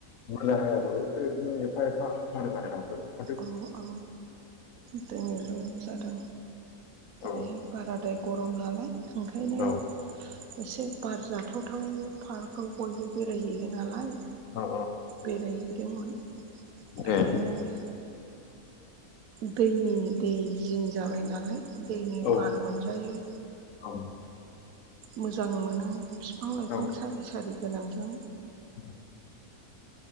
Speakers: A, on the left; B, on the right.
A: बुरजा हायाखै बिबादिनो एफा एफा हादों आरोना
B: अ अ दोनमैलु जादों
A: औ
B: बे बारादाय गरम नालाय ओंखायनो
A: औ
B: एसे बार जाथावथाव पार्कआव बयबो बेरायहैयो नालाय
A: औ
B: बेरायहैदोंमोन ओ
A: ए
B: दैनि दै जिं जाबाय नालाय दैनि
A: औ
B: बार मोनजायो।
A: औ
B: मोजां मोनो बिफां लाइफां
A: औ
B: सारि सारि गोनांजों
A: <inaudible>